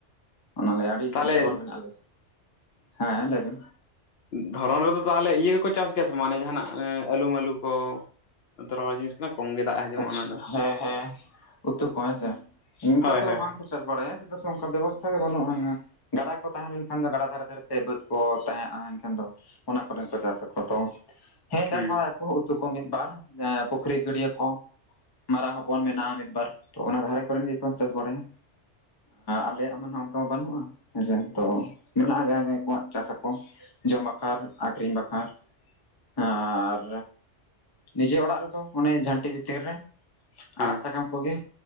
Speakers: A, on the left (about 25°); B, on the left (about 60°).
A: ᱚᱱᱟᱞᱮ ᱟᱹᱰᱤ
B: ᱛᱟᱦᱚᱞᱮ
A: ᱱᱤᱨᱵᱷᱚᱨ ᱢᱮᱱᱟᱜ ᱞᱮ, ᱦᱮᱸ ᱞᱟᱹᱭ ᱵᱮᱱ
B: ᱫᱷᱚᱨᱚᱱ ᱨᱮᱫᱚ ᱛᱟᱦᱚᱞᱮ ᱤᱭᱟᱹ ᱜᱮᱠᱚ ᱪᱟᱥ ᱜᱮᱭᱟ ᱥᱮ ᱵᱟᱝ ᱚᱱᱮ ᱡᱟᱦᱟᱱᱟᱜ ᱟᱹᱞᱩ ᱢᱟᱹᱞᱩ ᱠᱚ, ᱨᱚᱦᱚᱲ ᱡᱤᱱᱤᱥ ᱠᱟᱱᱟ ᱠᱚᱢ ᱜᱮ ᱫᱟᱜ ᱦᱟᱡᱚᱢᱚᱜᱼᱟ
A: ᱟᱪᱪᱷᱟ
B: ᱚᱱᱟ ᱫᱚ
A: ᱦᱮᱸ ᱦᱮᱸ ᱩᱛᱚᱩ ᱠᱚ ᱦᱮᱸᱥᱮ, ᱚᱝᱠᱟ
B: ᱦᱳᱭ
A: ᱫᱚ
B: ᱦᱳᱭ
A: ᱵᱟᱝᱠᱚ
B: ᱦᱮᱸ
A: ᱪᱟᱥ ᱵᱟᱲᱟᱭᱟ ᱪᱮᱫᱟᱜ ᱥᱮ ᱚᱱᱠᱟ ᱵᱮᱵᱚᱥᱛᱷᱟ ᱜᱮ ᱵᱟᱹᱱᱩᱜᱼᱟ ᱜᱟᱰᱟ ᱠᱚ ᱛᱟᱦᱮᱸ ᱞᱮᱱᱠᱷᱟᱱ ᱮᱱᱠᱷᱟᱱ ᱜᱮ ᱜᱟᱰᱟ ᱫᱷᱟᱨᱮ ᱫᱷᱟᱨᱮᱛᱮ ᱵᱟᱹᱫᱽ ᱠᱚ ᱛᱟᱦᱮᱸᱜᱼᱟ ᱮᱱᱠᱷᱟᱱ ᱫᱚ ᱚᱱᱟ ᱠᱚᱨᱮ ᱦᱚᱸᱠᱚ ᱪᱟᱥ ᱟᱠᱚ ᱛᱚ ᱦᱮᱸ ᱪᱟᱥ
B: ᱦᱩᱸ
A: ᱵᱟᱲᱟᱭᱟᱠᱚ ᱩᱛᱩ ᱠᱚ ᱢᱤᱫ ᱵᱟᱨ ᱯᱩᱠᱷᱨᱤ ᱜᱟᱹᱰᱭᱟᱹ ᱠᱚ᱾ ᱢᱟᱨᱟᱝ ᱦᱚᱯᱚᱱ ᱢᱮᱱᱟᱜᱼᱟ ᱢᱤᱫᱵᱟᱨ ᱛᱚ ᱚᱱᱟ ᱫᱷᱟᱨᱮ ᱠᱚᱨᱮᱱ ᱜᱮᱠᱚ ᱪᱟᱥ ᱵᱟᱲᱟᱭᱟ, ᱮᱸ ᱟᱞᱮᱭᱟᱜ ᱢᱟ ᱱᱟᱦᱟᱜ ᱚᱱᱠᱟ ᱢᱟ ᱵᱟᱹᱱᱩᱜᱼᱟ ᱦᱮᱸᱥᱮ ᱛᱚ ᱢᱮᱱᱟᱜᱼᱟ
B: ᱦᱳᱭ
A: ᱡᱟᱦᱟᱸᱭ ᱡᱟᱦᱟᱸᱭ ᱠᱚᱣᱟᱜ ᱪᱟᱥ ᱟᱠᱚ ᱠᱚ ᱡᱚᱢ ᱵᱟᱠᱷᱨ ᱟᱠᱷᱨᱤᱧ ᱵᱟᱠᱷᱨ ᱟᱨ, ᱱᱤᱡᱮ ᱚᱲᱟᱜ ᱨᱮᱫᱚ ᱚᱱᱮ ᱡᱷᱟᱹᱱᱴᱤ ᱵᱷᱤᱛᱤᱨ ᱨᱮ
B: ᱦᱮᱸ
A: ᱟᱲᱟᱜ
B: ᱦᱮᱸ
A: ᱥᱟᱠᱟᱢ ᱠᱚᱜᱮ